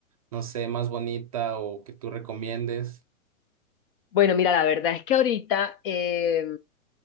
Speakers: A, on the right; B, on the left.
A: no sé, más bonita o que tú recomiendes.
B: Bueno, mira, la verdad es que ahorita... Eh,